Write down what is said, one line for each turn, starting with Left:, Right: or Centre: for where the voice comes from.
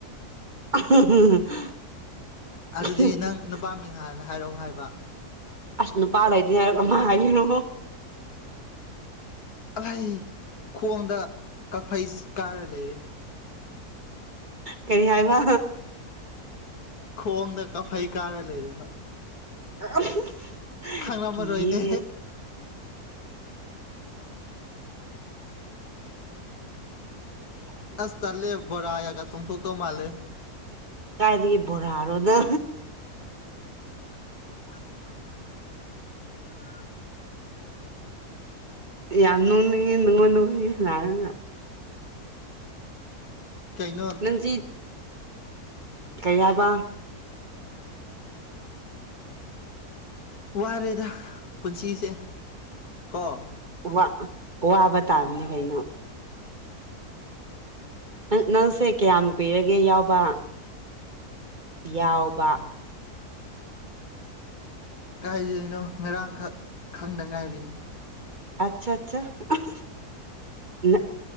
Right: <unintelligible>
Left: ꯑꯗꯨꯗꯤ ꯅꯪ ꯅꯨꯄꯥ ꯃꯤꯡ ꯍꯥꯟꯅ ꯍꯥꯏꯔꯛꯑꯣ ꯍꯥꯏꯕ꯫
Right: ꯑꯁ ꯅꯨꯄꯥ ꯂꯩꯇꯦ ꯍꯥꯏꯔꯒ ꯀꯃꯥꯏ ꯍꯥꯏꯅꯣ
Left: ꯑꯜꯂꯩ ꯈꯣꯡꯗ ꯀꯛꯐꯩ ꯀꯥꯔ ꯂꯩꯔꯦ꯫
Right: ꯀꯩ ꯍꯥꯏꯕ?
Left: ꯈꯣꯡꯗ ꯀꯐꯩ ꯀꯥꯔ ꯂꯩꯔꯦꯕ꯫
Right: <unintelligible>
Left: ꯈꯪꯂꯝꯃꯔꯣꯏꯅꯦ꯫
Right: ꯀꯤꯌꯦ
Left: ꯑꯁ ꯇꯜꯂꯦ ꯕꯣꯔꯥꯒꯒ ꯆꯣꯡꯊꯣꯛꯀꯧ ꯃꯥꯜꯂꯦ꯫
Right: ꯀꯥꯏꯗꯒꯤ ꯕꯣꯔꯥꯔꯣꯗ꯫
Left: <inaudible>
Right: ꯌꯥꯝ ꯅꯣꯡꯅꯤꯡꯉꯤ ꯉꯣꯟꯗ ꯋꯥꯔꯤ ꯁꯥꯟꯅꯔꯒ꯫
Left: ꯀꯩꯅꯣ
Right: ꯅꯟꯖꯤꯠ ꯀꯩ ꯍꯥꯏꯕ?
Left: ꯋꯥꯔꯦꯗ ꯄꯨꯟꯁꯤꯁꯦ ꯀꯣ?
Right: ꯋꯥ ꯋꯥꯕ ꯇꯥꯕꯅꯤ ꯀꯩꯅꯣ꯫ ꯅꯪ ꯅꯪꯁꯦ ꯀꯌꯥꯝ ꯀꯨꯏꯔꯒꯦ ꯌꯥꯎꯕ ꯌꯥꯎꯕ?
Left: ꯀꯥꯏꯗꯩꯅꯣ ꯉꯔꯥꯡ ꯈꯛ ꯈꯪꯗ ꯉꯥꯏꯔꯤ꯫
Right: ꯑꯆꯥ ꯑꯆꯥ <unintelligible> ꯅ